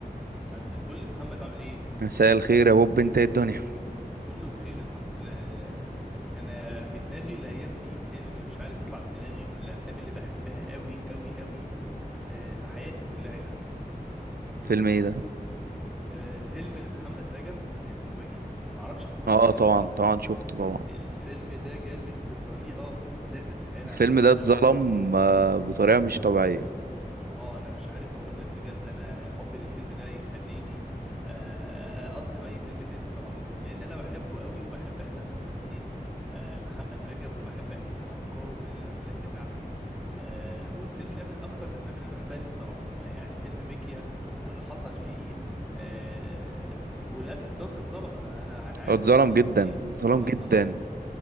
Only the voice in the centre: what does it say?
مساء الفل محمد عامل ايه؟
كله بخير الحمد لله انا في دماغي الايام دي فيلم مش عارف يطلع من دماغي ومن الافلام اللي بحبها قوي قوي قوي آه، في حياتي كلها يعني
آه، فيلم لمحمد رجب اسمه بيكيا معرفش إنت اتفرجت
عليه
ولا لا
الفيلم ده جامد بطريقة لا تتخيلها
يا محمد
انا
بحبه قوي
اه انا مش عارف اقول لك بجد انا حبي للفيلم ده يخليني آه، آه، اظلم اي فيلم تاني الصراحه لان انا بحبه قوي وبحب اساسا تمثيل آه، محمد رجب وبحب اساسا افكاره في الافلام بتاعته آه، والفيلم ده من اكتر الافلام اللي انا بحبها ليه الصراحه يعني فيلم بيكيا واللي حصل فيه آه، وللاسف انت قلت اتظلم انا انا انا عارف
هو اتظلم
في ايه
هو
اتظلم